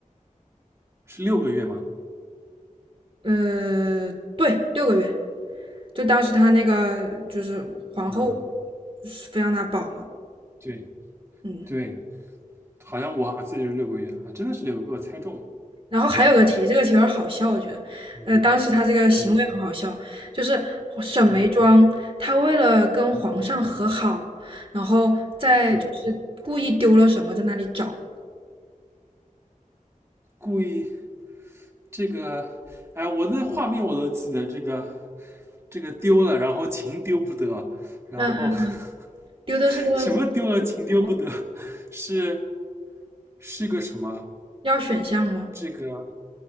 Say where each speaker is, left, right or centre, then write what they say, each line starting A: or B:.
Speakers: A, on the right; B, on the right.
A: 是六个月吗？
B: 呃，对，六个月，就当时她那个就是皇后
A: 嗯，
B: 非让她保嘛，
A: 对
B: 嗯。
A: 对，好像我好像记得是六个月啊，真的是六个月，被我猜中了，
B: 然后还有个题，这个题有点好笑，我觉得，
A: 嗯
B: 呃，当时他这个行为很好笑，
A: 嗯
B: 就是沈眉庄，
A: 嗯，
B: 她为了跟皇上和好，然后在就是故意丢了什么，
A: 对，
B: 在那里找，
A: 故意这个，哎，我那画面我都记得，这个这个丢了，然后琴丢不得，然后
B: 嗯嗯，丢的是个什
A: <laughs> 什么丢了琴丢不得，
B: 么？
A: 是是个什么？
B: 要选项吗？
A: 这个